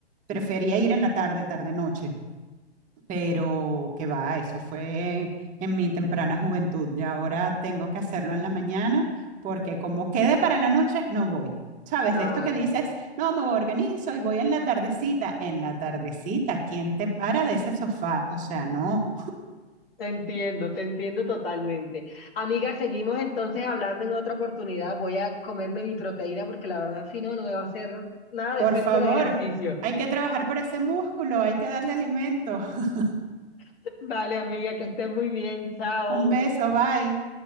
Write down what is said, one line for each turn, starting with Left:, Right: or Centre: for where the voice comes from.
Right: prefería ir en la tarde, tarde-noche. pero que va, eso fue en mi temprana juventud y ahora tengo que hacerlo en la mañana porque como quede para la noche, no voy. ¿Sabes?
Left: <laughs> Ay.
Right: De esto que dices, no, me organizo y voy en la tardecita. En la tardecita, ¿quién te para de ese sofá? O sea, no.
Left: Te entiendo, te entiendo totalmente. Amiga, seguimos entonces hablando en otra oportunidad. Voy a comerme mi proteína porque la verdad, si no, no me va a hacer nada
Right: Por
Left: de efecto
Right: favor,
Left: el ejercicio.
Right: hay que trabajar por ese músculo, hay que darle alimento. <laughs>
Left: <laughs> Vale, amiga, que estés muy bien. Chao.
Right: Un beso, bye.